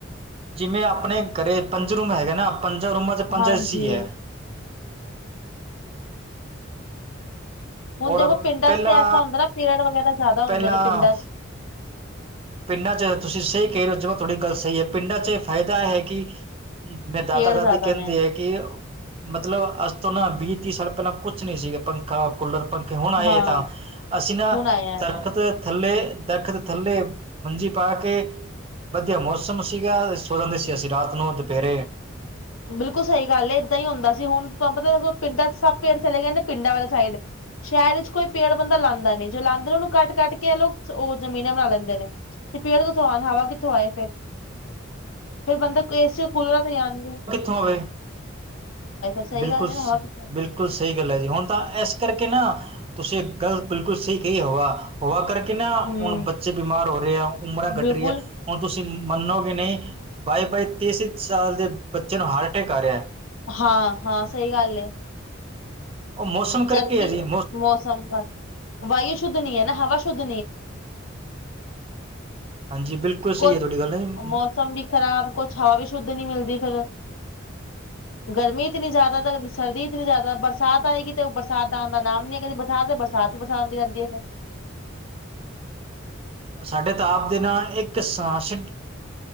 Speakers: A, on the right; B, on the left.
A: ਜਿਵੇਂ ਆਪਣੇ ਘਰੇ ਪੰਜਰੂਮ ਹੈਗੇ ਨਾ ਪੰਜ ਰੂਮਾਂ ਚ ਪੰਜੇ
B: ਹਾਂਜੀ
A: ਏਸੀ ਹ।
B: ਖਾਲੀ ਹੁਣ
A: ਔਰ
B: ਦੇਖੋ ਪਿੰਡਾਂ
A: ਪਹਿਲਾਂ
B: ਚ ਐਸਾ ਹੁੰਦਾ ਨਾ ਪੇੜ ਵਗੈਰਾ ਜਿਆਦਾ
A: ਪਹਿਲਾਂ
B: ਹੁੰਦੇ ਨੇ ਪਿੰਡਾਂ।
A: ਪਿੰਡਾਂ ਚ ਤੁਸੀਂ ਸਹੀ ਕਹਿ ਰਹੇ ਹੋ ਤੁਹਾਡੀ ਗੱਲ ਸਹੀ ਹ ਪਿੰਡਾਂ ਚ ਫਾਇਦਾ ਹੈ। ਕੀ ਮੈਂ ਦਾਦਾ
B: ਪੇੜ
A: ਦਾਦੀ
B: ਜ਼ਿਆਦਾ
A: ਕਹਿੰਦੇ
B: ਨੇ
A: ਹ ਕਿ ਮਤਲਬ ਅਰਜਨ ਤੋਂ ਨਾ ਵੀਹ ਪੱਚੀ ਸਾਲ ਪਹਿਲਾਂ ਕੁਝ ਨਹੀਂ ਸੀ ਖੁੱਲਰ। ਪੱਖੇ ਹੁਣ ਆਏ
B: ਹਾਂ
A: ਹੈ ਤਾਂ ਅਸੀਂ ਨਾ
B: ਹੁਣ ਆਇਆ ਇਹ
A: ਦਰਖਤ
B: ਤਾਂ
A: ਥੱਲੇ ਦਰਖਤ ਥੱਲੇ ਹਾਂਜੀ ਪਾ ਕੇ ਵਧੀਆ ਮੌਸਮ ਸੀਗਾ ਸੋਰਾਂ ਦੇ ਸੀ ਰਾਤ ਨੂੰ ਤੇ ਫਿਰ
B: ਬਿਲਕੁਲ ਸਹੀ ਗੱਲ ਹ ਇਦਾਂ ਹੀ ਹੁੰਦਾ ਸੀ ਹੁਣ ਤਾਂ ਪਤਾ ਪਿੰਡਾਂ ਚ ਸਭ ਪੇਰ ਚਲੇ ਗਏ ਨੇ। ਪਿੰਡਾਂ ਵਾਲੇ ਸਾਈਡ ਸ਼ਾਇਦ ਇ ਚ ਕੋਈ ਪੇੜ ਬੰਦਾ ਲਾਂਦਾ ਨਹੀਂ ਜੋ ਲਾਂਦੇ ਨੂੰ ਕੱਟ ਕੱਟ ਕੇ ਉਹ ਜਮੀਨ ਬਣਾ ਲੈਂਦੇ ਨੇ, ਤੇ ਪੇੜ ਕਿੱਥੋਂ ਆਣ, ਹਵਾ ਕਿੱਥੋਂ ਆਏ, ਫੇਰ? ਫਿਰ ਬੰਦੇ, ਏਸੀ, ਕੂਲਰਾਂ ਤੇ ਹੀ ਆਉਣਗੇ।
A: ਹੋਵੇ,
B: ਸਹੀ
A: ਬਿਲਕੁਲ
B: ਗੱਲ ਹੈ ਨਾ ਹਵਾ ਕਿੱਥੋਂ
A: -ਬਿਲਕੁਲ, ਸਹੀ ਗੱਲ ਹੈ ਜੀ, ਹੁਣ ਤਾਂ ਇਸ ਕਰਕੇ ਨਾ ਤੁਸੀਂ, ਇੱਕ ਗੱਲ ਬਿਲਕੁਲ ਸਹੀ ਕਹੀ, ਹਵਾ ਹਵਾ ਕਰਕੇ ਨਾ,
B: ਹੂੰ,
A: ਹੁਣ ਬੱਚੇ ਬਿਮਾਰ ਹੋ ਰਹੇ ਆ, ਉਮਰਾਂ ਘੱਟ
B: ਬਿਲਕੁਲ
A: ਰਹੀ ਹੈ। ਹੁਣ ਤੁਸੀਂ ਮੰਨੋ ਕਿ ਨਹੀਂ, ਬਾਈ -ਬਾਈ, ਤੇਈ -ਤੇਈ, ਸਾਲ ਦੇ ਬੱਚੇ ਨੂੰ, ਹਾਰਟ ਅਟੈਕ ਆ ਰਿਹਾ।
B: ਹਾਂ- ਹਾਂ, ਸਹੀ ਗੱਲ ਹੈ।
A: ਉਹ ਮੌਸਮ ਕਰਕੇ
B: ਜਦਕਿ
A: ਹੈ ਜੀ
B: ਮੌਸਮ, ਵਾਯੂ ਸ਼ੁੱਧ ਨਹੀਂ ਹੈ, ਨਾ ਹਵਾ ਸ਼ੁੱਧ
A: ਹਾਂਜੀ
B: <unintelligible>
A: ਬਿਲਕੁਲ ਸਹੀ ਹੈ ਤੁਹਾਡੀ ਗੱਲ ਜੀ।
B: ਮੌਸਮ ਵੀ ਖਰਾਬ, ਕੁਝ ਹਵਾ ਵੀ ਸ਼ੁੱਧ ਨਹੀਂ ਮਿਲਦੀ ਪਈ ਹੈ। ਗਰਮੀ ਇਤਨੀ ਜ਼ਿਆਦਾ, ਸਰਦੀ ਇਤਨੀ ਜਿਆਦਾ, ਬਰਸਾਤ ਆਏਗੀ ਤੇ ਬਰ ਬਰਸਾਤ ਆਉਣ ਦਾ ਨਾਮ ਨਹੀਂ ਕਦੇ, ਕਦੀ, ਬਰਸਾਤ ਹੀ ਬਰਸਾਤ ਹੁੰਦੀ ਰਹਿੰਦੀ ਫੇਰ
A: ਸਾਡੇ ਤਾਪ ਦੇ ਨਾਲ ਇੱਕ ਸਾਸ।